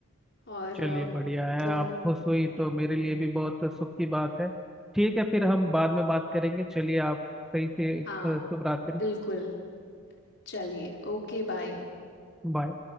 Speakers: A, on the left (about 55°); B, in the centre.
A: और
B: चलिए
A: अ,
B: बढ़िया है
A: तो
B: आप खुश हुई तो मेरे लिए भी बहुत सुख की बात है ठीक है फिर हम बाद में बात करेंगे चलिए आप सही से अ,
A: हाँ
B: शुभ रात्रि
A: बिल्कुल चलिए ओके बाय
B: बाय